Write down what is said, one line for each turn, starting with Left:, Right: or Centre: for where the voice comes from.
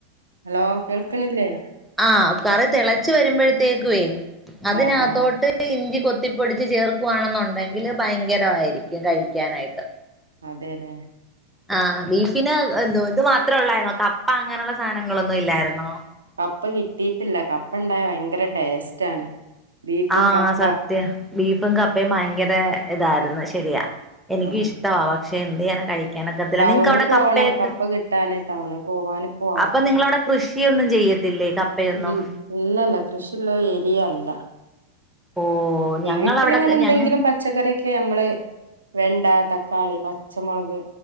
Right: ഹലോ കേൾക്ക്ണില്ലേ
Centre: ആഹ് കറി തിളച്ചു വരുമ്പോഴത്തേക്കുവേ അതിനകത്തോട്ട്
Right: ആഹ് ആഹ്
Centre: ഇഞ്ചി ഇ കൊത്തിപ്പൊടിച്ച് ചേർക്കുവാണെന്നുണ്ടെങ്കില് ഭയങ്കരമായിരിക്കും കഴിക്കാനായിട്ട്
Right: അതെ ല്ലേ
Centre: ആ ബീഫിന് എന്തോ ഇതു മാത്രേ ഉള്ളായിരുന്നോ കപ്പ അങ്ങനുള്ള സാധനങ്ങളൊന്നും ഇല്ലായിരുന്നോ
Right: കപ്പ കിട്ടിയിട്ടില്ല കപ്പ ഇണ്ടായ ഭയങ്കര ടേസ്റ്റ് ആണ് ബീഫും
Centre: ആ
Right: കപ്പ
Centre: സത്യം ബീഫും കപ്പയും ഭയങ്കര ഇതായിരുന്നു ശരിയാ എനക്ക്
Right: ആഹ്
Centre: ഇഷ്ടമാ പക്ഷെ എന്ത്യ്യാനാ കഴിക്ക <unintelligible> കിക്കാനൊക്കത്തില്ല
Right: ടൗണിൽ
Centre: നിങ്ങക്ക് അവിടെ
Right: പോവണം
Centre: കപ്പയൊക്കെ
Right: കപ്പ കിട്ടാന് ടൗണിൽ പോവാനിപ്പോ
Centre: അപ്പൊ നിങ്ങളവിടെ കൃഷി കിയ ഒന്നും ചെയ്യത്തില്ലേ കപ്പയൊന്നും
Right: ഇ ഇല്ലല്ല കൃഷിയുള്ള ഏരിയ അല്ല
Centre: ഓഹ് ഞങ്ങളവിടെ
Right: വീട്ടിലിങ്ങനെ എന്തെങ്കിലും
Centre: ഞങ്ങ
Right: പച്ചക്കറിയൊക്കെ നമ്മള് വെണ്ട ത തക്കാളി പച്ചമുളക്